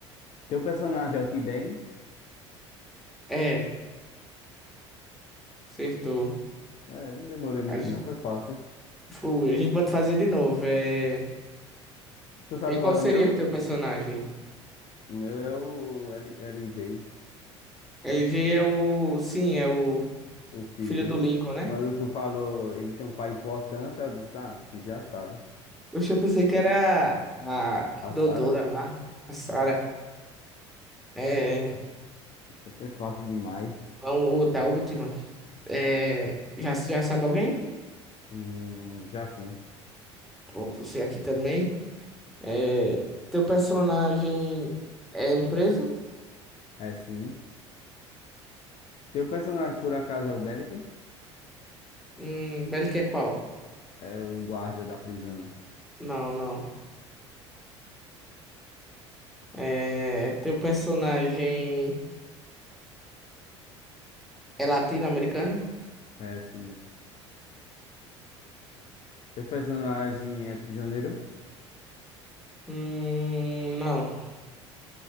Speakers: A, on the left; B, in the centre.
A: Teu personagem é o T-Bag?
B: É, acertou.
A: É, não demorei muito
B: A gente,
A: não, foi fácil.
B: foi, a gente pode fazer de novo. É...
A: Tu sabe
B: E qual
A: qual é
B: seria
A: o meu?
B: o teu personagem?
A: O meu é o L- LJ,
B: LG é o. Sim, é o
A: o filho.
B: filho do Lincoln, né?
A: Quando tu falou, ele tem um pai importante, eu disse, ah, tu já sabe.
B: Oxe, eu pensei que era a
A: A
B: doutora
A: Sarah,
B: lá, a Sarah. É.
A: então foi fácil demais.
B: Vamos, outra, a última. É. Já, já sabe alguém?
A: Hum, já sim.
B: Pronto, você aqui também. É, teu personagem é um preso?
A: É sim. Teu personagem, por acaso, é o Bellic?
B: Hum, Bellic é qual?
A: É o guarda da prisão.
B: Não, não. É, teu personagem é latino-americano?
A: É sim. Teu personagem é prisioneiro?
B: Hum, não.